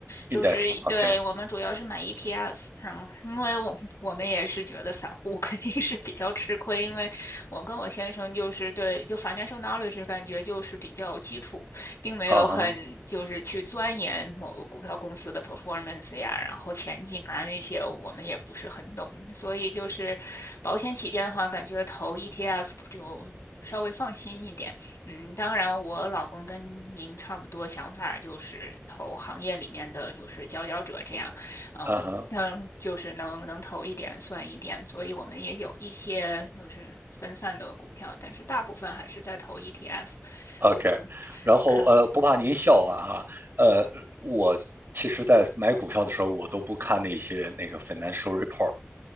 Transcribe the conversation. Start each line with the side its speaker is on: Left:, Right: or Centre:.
Left: 就是对，
Right: ，index，OK，、okay,
Left: 我们主要是买 ETF。然后，因为我我们也是觉得散户肯定是比较吃亏，因为我跟我先生就是对，就 financial knowledge 感觉就是比较基础。并没有很就是去钻研某个股票公司的
Right: 啊哈，
Left: performance 呀，然后前景啊那些，我们也不是很懂。所以就是保险起见的话，感觉投 ETF 就稍微放心一点。嗯，当然，我老公跟您差不多想法，就是投行业里面的就是佼佼者这样，嗯。
Right: 啊哈
Left: 嗯，就是能能投一点算一点，所以我们也有一些就是分散的股票，但是大部分还是在投 ETF。
Right: ，OK。
Left: 嗯，
Right: 然后呃，
Left: 看看。
Right: 不怕您笑话哈，呃，我其实在买股票的时候，我都不看那些那个 financial report，